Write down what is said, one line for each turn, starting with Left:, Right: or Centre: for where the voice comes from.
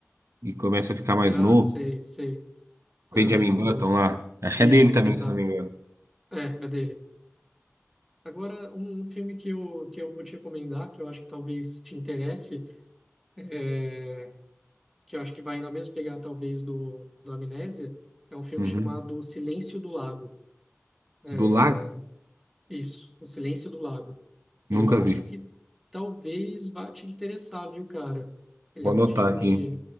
Right: e começa a ficar mais
Centre: ah,
Right: novo.
Centre: sei, sei, aham,
Right: Benjamin
Centre: o,
Right: Button lá. Acho
Centre: isso,
Right: que é dele também,
Centre: exato,
Right: se não me engano.
Centre: é, é dele. Agora, um um filme que eu, que eu vou te recomendar, que eu acho que talvez te interesse, é que eu acho que vai na mesma pegada, talvez, do, do Amnésia, é um filme
Right: Uhum.
Centre: chamado Silêncio do Lago. É,
Right: Do Lago?
Centre: Isso, O Silêncio do Lago. Eu
Right: Nunca
Centre: acho
Right: vi.
Centre: que talvez vá te interessar, viu, cara? Ele
Right: Vou
Centre: é um
Right: anotar
Centre: filme,
Right: aqui.